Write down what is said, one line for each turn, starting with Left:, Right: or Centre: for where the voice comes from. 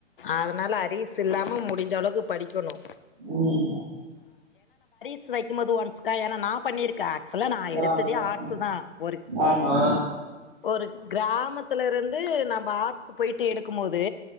Left: அதனால அரிஸ் சி இல்லாமல் முடிஞ்சளவுக்கு படி க்குனு
Right: ம்
Left: ஸ் வைக்குபோது ஒன்ஸ்கா ஏன்னா நா பண்ணிருக்கே ஸ்லா நா எடுத்ததே
Right: ஆமா ஆமா ம் ஆ,
Left: ஆட்ஸ் தா ஒரு
Right: ஆமா
Left: ஒரு கிராமத்துல இருந்து நம்ம ஆட்ஸ் போயிட்டு எடுக்கு போது